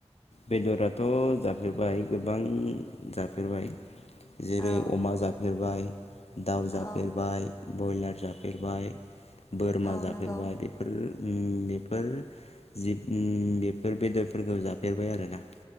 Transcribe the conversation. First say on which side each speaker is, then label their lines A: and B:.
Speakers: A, on the left; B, on the left.
A: बेदराथ' जाफेरबाय गोबां जाफेरबाय। जेरै
B: औ
A: अमा जाफेरबाय दाउ जाफेरबाय
B: औ
A: बयलार जाफेरबाय बोरमा
B: औ
A: जाफेरबाय
B: नंगौ
A: बेफोर उम बेफोर उम बेफोर बेदरफोरखौ जाब फेरबाय आरो ना